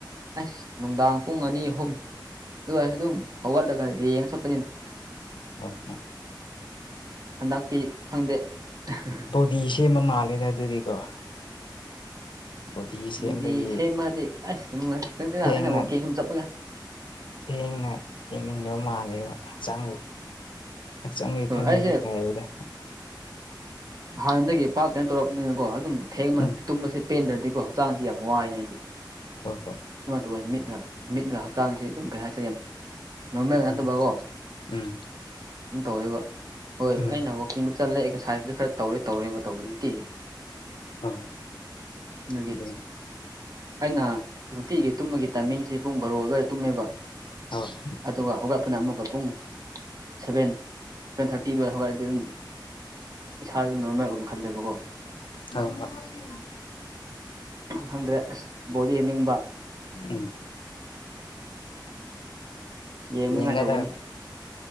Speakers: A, on the right (about 50°); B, on the left (about 85°).
A: ꯑꯁ ꯅꯨꯡꯗꯥꯡ ꯄꯨꯡ ꯑꯅꯤ ꯑꯍꯨꯝ ꯑꯗꯨꯏꯔꯁꯨ ꯑꯗꯨꯝ ꯍꯧꯒꯠꯂꯒ ꯌꯦꯡꯉ ꯆꯠꯄꯅꯤꯅꯦ
B: ꯑꯣ ꯍꯣꯏ
A: ꯍꯟꯗꯛꯇꯤ ꯈꯪꯗꯦ <unintelligible>
B: ꯄꯤ ꯁꯦꯝꯕ ꯃꯥꯜꯂꯦꯗ ꯑꯗꯨꯗꯤꯀꯣ ꯕꯣꯗꯤ ꯁꯦꯝꯕꯒꯤ
A: ꯕꯨꯗꯤ ꯁꯦꯝꯃꯗꯤ ꯑꯁ <unintelligible>
B: ꯊꯦꯡꯅ
A: ꯋꯀꯤꯡ ꯁꯨꯝ ꯆꯠꯄꯒꯦ
B: ꯊꯦꯡꯅ ꯌꯦꯡꯅꯤꯡꯗꯕ ꯃꯥꯜꯂꯦꯕ ꯍꯛꯆꯥꯡ ꯍꯛꯆꯥꯡꯒꯤ
A: ꯍꯣꯏ
B: ꯈꯟꯕꯁꯨ
A: ꯑꯩꯁꯦ
B: ꯐꯔꯦꯗꯥ
A: ꯍꯥꯟꯅꯗꯒꯤ ꯄꯥꯛꯇꯅ ꯇꯧꯔꯛꯄꯅꯤꯅꯀꯣ ꯑꯗꯨꯝ ꯊꯦꯡꯕꯅ
B: ꯎꯝ
A: ꯇꯨꯝꯕꯁꯦ ꯄꯦꯟꯗ꯭ꯔꯗꯤꯀꯣ ꯍꯛꯆꯥꯡꯁꯦ ꯌꯥꯝ ꯋꯥꯏꯅ ꯑꯩꯗꯤ
B: ꯍꯣꯏ ꯍꯣꯏ
A: ꯑꯗꯨꯃꯥꯏ ꯇꯧꯋꯦ ꯃꯤꯠꯑꯥ ꯃꯤꯠꯒ ꯍꯛꯇꯥꯥꯡꯁꯦ ꯑꯗꯨꯝ ꯀꯩ ꯍꯥꯏꯁꯤꯒꯦ ꯅꯣꯔꯃꯦꯜ ꯅꯠꯇꯕꯒꯣ
B: ꯎꯝ ꯎꯝ
A: ꯗꯨꯝ ꯇꯧꯋꯦꯕ ꯍꯣꯏ
B: ꯎꯝ
A: ꯑꯩꯅ ꯋꯥꯛꯀꯤꯡꯕꯨ ꯆꯠꯂꯦ ꯑꯦꯛꯁꯔꯁꯥꯏꯖꯁꯨ ꯈꯔ ꯇꯧꯔꯦ ꯇꯧꯔꯦꯕ ꯇꯧꯕ ꯅꯨꯡꯇꯤꯒꯤ
B: ꯍꯣꯏ
A: ꯅꯨꯒꯤ
B: ꯍꯣꯏ
A: ꯑꯩꯅ ꯅꯨꯡꯇꯤꯒꯤ ꯇꯨꯝꯕꯒꯤ ꯇꯥꯏꯃꯤꯡꯁꯤ ꯄꯨꯡ ꯕꯥꯔꯣ ꯑꯗ꯭ꯋꯥꯏ ꯇꯨꯝꯃꯦꯕ
B: ꯍꯣꯠ
A: ꯑꯗꯨꯒ ꯍꯧꯒꯠꯄꯅ ꯑꯃꯨꯛꯀ ꯄꯨꯡ ꯁꯚꯦꯟ ꯚꯦꯟ ꯊꯥꯔꯇꯤ ꯑꯗ꯭ꯋꯥꯏ ꯍꯧꯒꯠꯂꯗꯤ ꯑꯗꯨꯝ ꯏꯁꯥꯗ ꯅꯣꯔꯃꯦꯜꯑꯣꯏ ꯈꯜꯂꯦꯕꯀꯣ
B: ꯍꯣ ꯍꯣꯏ
A: ꯈꯪꯗ꯭ꯔꯦ ꯑꯁ ꯕꯣꯜꯗꯤ ꯌꯦꯡꯅꯤꯡꯕ
B: ꯎꯝ
A: ꯌꯦꯡꯅꯉꯥꯏ
B: ꯌꯦꯡꯒꯗꯕ
A: ꯇꯧꯒꯅꯤ